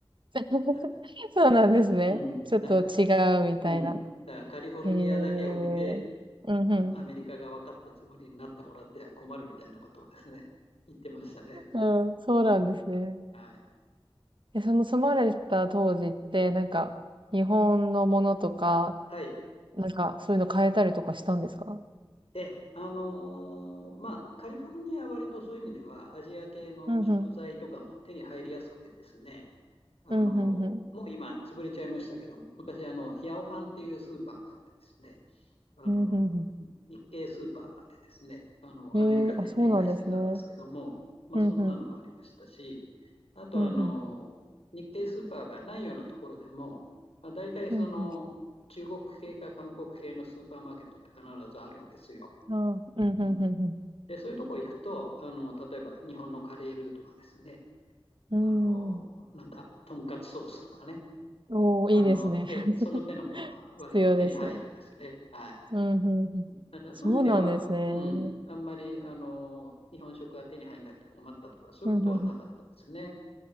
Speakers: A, on the right; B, on the left.
A: <laughs>
B: だ、
A: そうなんですね。
B: だから、うん、
A: ちょっと違うみたいな。
B: だから、うん、だからカリフォルニアだけを見て、
A: へえ。うんうん。
B: ア、アメリカが分かったつもりになってもらっては困るみたいなことをですね、言ってましたね。
A: うん、そうなんですね。
B: うん、はい。
A: え、その住まれた当時って、なんか、日本のものとか、
B: はい。
A: なんか、そういうの変えたりとかしたんですか
B: で、あのーまあ、カリフォルニアは割とそういう意味では、アジア系の食材とかも手に入りやすくてですね、
A: うんうん。
B: あのーもう今、
A: うんうんうん。
B: 潰れちゃいましたけども、昔、あの、ヤオハンっていうスーパーがあってですね、あの、
A: うんへんうん。
B: 日系スーパーでですね、あの、
A: ええあ、
B: アメリカで展開してたんですけども、
A: そうなんですね。
B: まあ、
A: うんうん。
B: そんなのもありましたし、あと、
A: うんうん。
B: あの、日系スーパーがないようなところでも、まあ、大体その、
A: うんうん。
B: 中国系か韓国系のスーパーマーケットって必ずあるんですよ。
A: あうん、うんうんうん。
B: うん、で、そういうとこ行くと、あの、例えば日本のカレールーとかですね、
A: うー
B: あの、
A: ん。
B: なんだ、とんかつソースとかね、
A: おー、
B: あの、
A: いいですね。
B: ええ、
A: <laughs>
B: その手のものは割と手に入るんですよね。
A: 必要ですね。
B: はい。
A: うん、うんうん。
B: だからそういう意味では、
A: そうなんですね。
B: うん、
A: うん、
B: あんまり、あの、日本食が手に入らなくて困ったとか、そういうことはなかったですね。
A: うん